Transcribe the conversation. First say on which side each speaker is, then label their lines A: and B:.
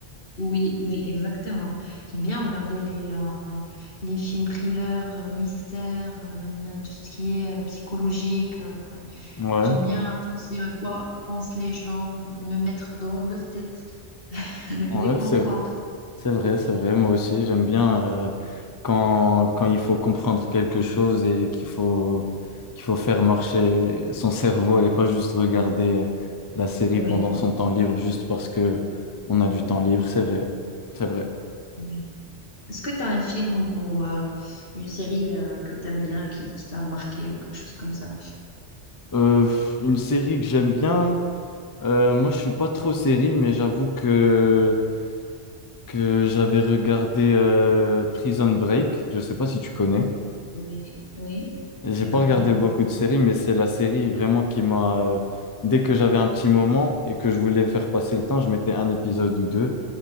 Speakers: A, on the left; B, on the left.
A: oui, oui, exactement. J'aime bien regarder les, euh, les films thrillers, euh, mystères, euh, même euh, tout ce qui est euh, psychologique. euh.
B: Ouais,
A: J'aime bien penser à quoi pensent les gens, me mettre dans leur tête, <laughs>
B: ouais,
A: les comprendre.
B: c'est, c'est vrai, c'est vrai. Moi aussi, j'aime bien euh, quand, quand il faut comprendre quelque chose et qu'il faut, qu'il faut faire marcher son cerveau et pas juste regarder euh, la série
A: Oui,
B: pendant son temps libre juste parce que on a du temps libre. C'est vrai, c'est vrai.
A: oui. Est-ce que tu as un film ou euh, une série euh, que tu aimes bien, qui, qui t'a marqué ou quelque chose comme ça?
B: Euh, une série que j'aime bien, euh, moi, je suis pas trop série, mais j'avoue que que j'avais regardé euh, Prison Break. Je sais pas si tu connais.
A: Oui, oui,
B: J'ai
A: je
B: pas
A: le connais.
B: regardé beaucoup de séries, mais c'est la série vraiment qui m'a. euh, dès que j'avais un petit moment et que je voulais faire passer le temps, je mettais un épisode ou deux